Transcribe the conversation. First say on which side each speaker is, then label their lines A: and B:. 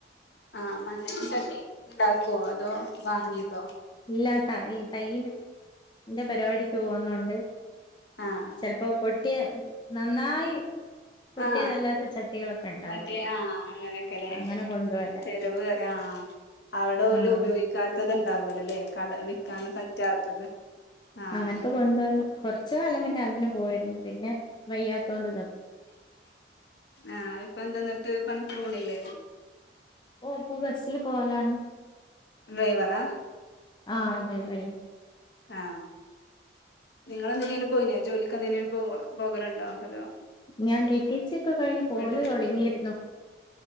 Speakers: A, on the left; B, on the left.
A: ആ <unintelligible> ചട്ടി ണ്ടാക്കോ അതോ വാങ്ങിയതോ
B: ഇല്ലാത്ത ഈ തയ്യിന് ന്റെ പരിവാടിക്ക് പോഹുന്നുണ്ട്
A: ആഹ്
B: ചെൽപ്പോ പൊട്ടിയ നന്നായി
A: <unintelligible>
B: പൊട്ടിയതല്ലാത്ത
A: ആ
B: ചട്ടികളൊക്കെ ഉണ്ടാവല്ലോ
A: മറ്റേ ആ അങ്ങനൊക്കെല്ലേ
B: അങ്ങനെ കൊണ്ടുവരാം
A: ചെലവ് ആ അവടോല്
B: ആഹ്
A: ഉപയോഗിക്കാത്തത്ണ്ടാവുല്ലോല്ലെ കട വിക്കാൻ പറ്റാത്തത് ആഹ്
B: അങ്ങൻത്തെ കൊണ്ടുവന്ന് കൊർച്ച് കാലം പിന്നെ അതിന് പോയിരുന്നു പിന്നെ വയ്യാത്തോണ്ട് നി
A: ആഹ് ഇപ്പൊ എന്തന്നിട്ട് പണിക്ക് പോണില്ലേ?
B: ഓ പ്പൊ ബസില് പോവലാണ്
A: ഡ്രൈവറാ
B: ആഹ് അതെ തെ അയ്ല്
A: ആ നിങ്ങളെന്തിനേലും പോയിനോ ജോലിക്ക് എന്തിനേലും പോകോ പോകല്ണ്ടോ അതോ
B: ഞാൻ റ്റി റ്റി സി ഒക്കെ കഴിഞ് പോവല്
A: വീട്ടിൽ
B: തൊടങ്ങിര്ന്നു